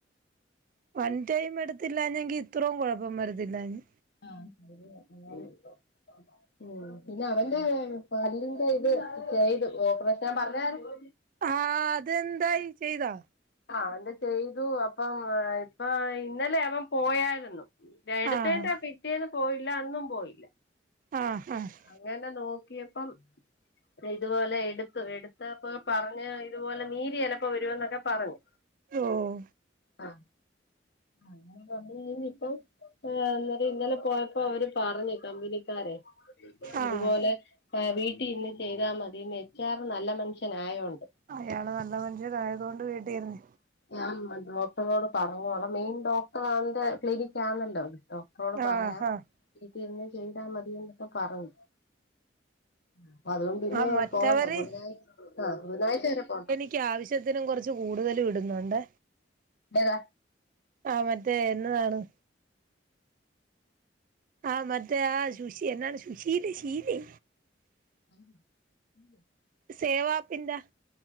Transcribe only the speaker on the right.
വൺ ടൈം എടുത്തില്ലഞ്ഞെങ്കി ഇത്രയും കുഴപ്പം വരത്തില്ലാഞ്ഞു
ആഹ് അതെന്തായി ചെയ്താ
ആഹ്
ആഹ് ആഹ്
ഓഹ്
ആഹ്
അയാള് നല്ല മനുഷ്യരായത് കൊണ്ട് വീട്ടിന്ന്
ആഹാ
ആ
ആ മറ്റവര്
എനിക്കാവശ്യത്തിനും കുറച്ച് കൂടുതൽ ഇടുന്നുണ്ട്
ആഹ് മറ്റേ എന്നതാണ് ആഹ് മ ആഹ് സുഷിയ നന്ന സു ശീല ശീല്ലേ
സേവാ പിന്റ